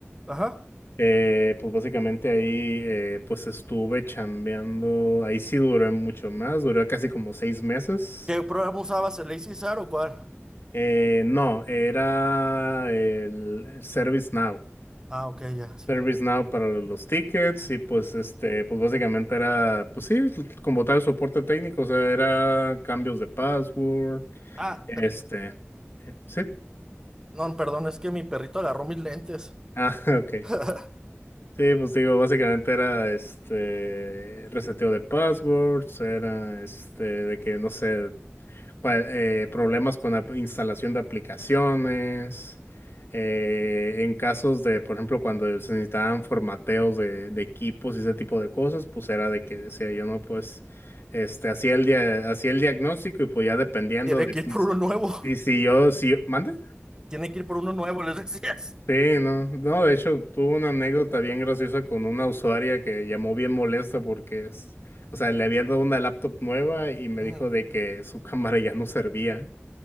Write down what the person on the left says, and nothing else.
Eh, pues básicamente ahí eh, pues estuve chambeando, ahí sí duré mucho más, duré casi como seis meses.
Eh, no, era el, el ServiceNow,
ServiceNow para los tickets y pues este, pues básicamente era, pues sí, como tal soporte técnico, o sea, era cambios de password,
este,
eh, sí,
ah, <laughs> ok.
Sí, pues digo, básicamente era este reseteo de passwords, era este de que no sé, pa- eh, problemas con la instalación de aplicaciones, eh, en casos de, por ejemplo, cuando se necesitaban formateos de, de equipos y ese tipo de cosas, pues era de que decía yo, no, pues, este, hacía el dia- hacía el diagnóstico y pues ya dependiendo
de
si,
y si yo, si, ¿mande?
Sí, no, no, de hecho, tuve una anécdota bien graciosa con una usuaria que llamó bien molesta porque es, o sea, le habían dado una laptop nueva y me
dijo de que su <laughs> cámara ya no servía.